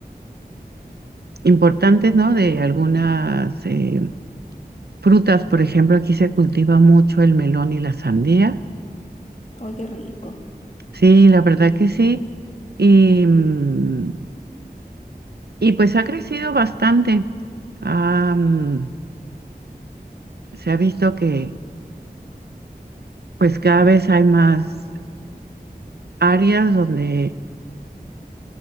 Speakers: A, on the right (about 75°); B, on the left (about 45°).
A: importantes, ¿no? De algunas eh, frutas, por ejemplo, aquí se cultiva mucho el melón y la sandía.
B: Ay, qué rico.
A: Sí, la verdad que sí. Y, mm, y pues ha crecido bastante. Ah, mm, se ha visto que pues cada vez hay más áreas donde